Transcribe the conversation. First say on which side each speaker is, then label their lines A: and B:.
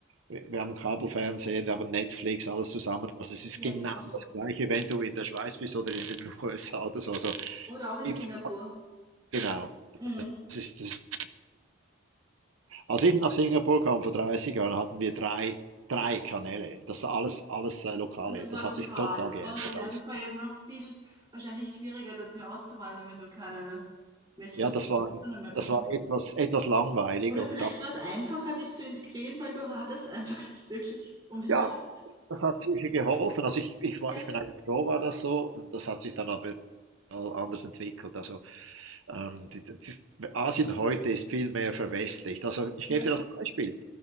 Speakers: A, on the right (about 85°); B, on the right (about 20°).
A: wir haben Kabelfernsehen, wir haben Netflix, alles zusammen. Also es ist
B: ja,
A: genau
B: genau.
A: das Gleiche, wenn du in der Schweiz bist oder in den <laughs> USA oder so. Also
B: Oder auch in
A: gibt's
B: Singapur.
A: genau.
B: Mhm.
A: Das ist, das, als ich nach Singapur kam vor 30 Jahren, hatten wir drei, drei Kanäle. Das war alles, alles äh, lokale.
B: Und das
A: Das
B: war lokal.
A: hat sich total geändert,
B: Oh ja,
A: alles.
B: das war ja noch viel wahrscheinlich schwieriger, dorthin auszuwandern, wenn du keine westlichen
A: Ja, das
B: Informationen
A: war,
B: mehr bekommst.
A: das war etwas, etwas langweilig
B: Oder
A: und
B: vielleicht
A: da,
B: war es einfacher, dich zu integrieren, weil du hattest einfach das wirklich um dich
A: ja,
B: herum.
A: Das hat sicher geholfen. Also ich, ich war,
B: Ja,
A: ich bin eigentlich froh, war das so. Und das hat sich dann aber all anders entwickelt. Also ähm, die- das ist, Asien heute ist viel mehr verwestlicht. Also ich
B: ja,
A: gebe dir das Beispiel.